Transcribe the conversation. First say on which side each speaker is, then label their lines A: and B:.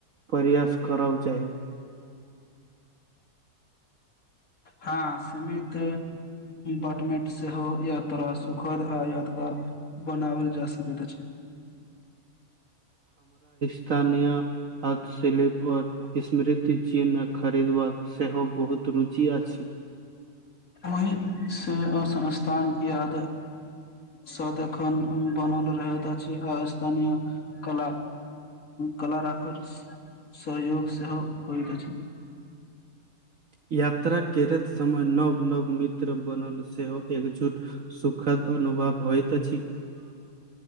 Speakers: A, on the right; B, on the left.
A: प्रयास करब चाही
B: हँ, सीमित बटमेट सेहो यात्रा सुखद आ यादगार बनाओल जा सकैत अछि।
A: <inaudible> हथ सलीप आओर स्मृति चिन्ह खरीदबाक सेहो बहुत रुचि अछि।
B: ओहि से असस्थान याद सत एखन बनल रहत अछि। आ स्थानी कला कला राखकर सहयोग सेहो होइत अछि।
A: यात्रा करैत समय नव नव मित्र बनल सेहो एकजुट सुखद अनुभव होइत अछि।
B: ह